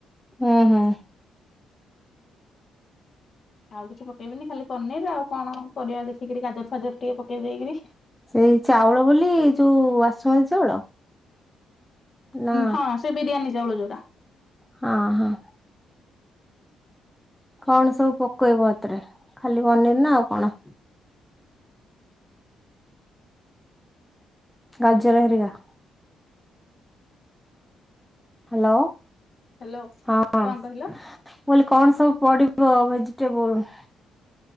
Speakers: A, in the centre; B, on the left.
A: ହୁଁ ହଁ
B: ଆଉ କିଛି ପକେଇବିନି ଖାଲି ପନିର ଆଉ କଣ ପରିବା ଦେଖିକିରି ଗାଜର ଫାଜର ଟିକେ ପକେଇ ଦେଇକରି
A: ସେଇ ଚାଉଳ ବୋଲି ଯୋଉ ବାସୁମନ୍ତିୀ ଚାଉଳ ନା
B: ହଁ ସେ ବିରିୟାନୀ ଚାଉଳୁ ଯୋଉଟା
A: ହଁ ହଁ। କଣ ସବୁ ପକେଇବ ଏଥିରେ ଖାଲି ପନିର ନା ଆଉ କଣ? ଗାଜର ହେରିକା। ହାଲୋ
B: ହ୍ୟାଲୋ
A: ହଁ ଅଁ।
B: କଣ କହିଲ
A: ମୁଁ କହିଲି କଣ ସବୁ ପଡିବ ଭେଜିଟେବୁଲ୍?